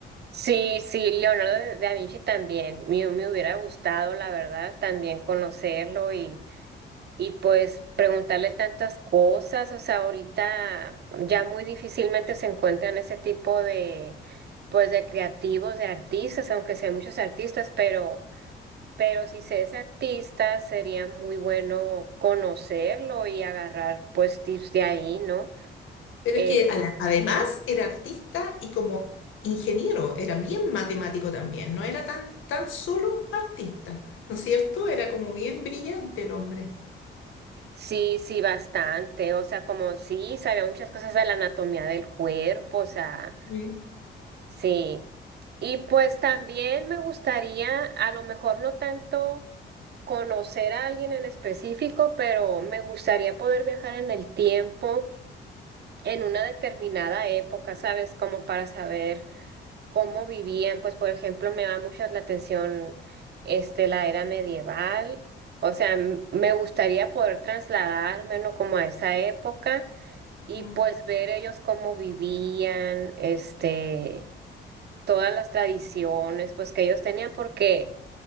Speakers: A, on the right (about 55°); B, on the left (about 80°).
A: Sí, sí, Leonardo de- da Vinci también. Me, me hubiera gustado, la verdad, también conocerlo y, Y pues preguntarle tantas cosas, o sea, ahorita ya muy difícilmente se encuentran ese tipo de, pues, de creativos, de artistas, aunque sí hay muchos artistas, pero, pero si se es artista, sería muy bueno conocerlo y agarrar, pues, tips de ahí, ¿no?
B: Pero
A: Eh,
B: es que ala- además era artista y como ingeniero, era bien matemático también, no era tan, tan solo artista, ¿no es cierto? Era como bien brillante el hombre.
A: sí, sí, bastante, o sea, como sí, sabía muchas cosas de la anatomía del cuerpo, o sea,
B: Sí.
A: sí. Y pues también me gustaría, a lo mejor no tanto conocer a alguien en específico, pero me gustaría poder viajar en el tiempo, en una determinada época, ¿sabes? Como para saber cómo vivían. Pues, por ejemplo, me da mucho la atención este, la era medieval. O sea, m- me gustaría poder trasladarme, ¿no? Como a esa época y
B: Mm,
A: pues ver ellos cómo vivían, este, todas las tradiciones, pues que ellos tenían, porque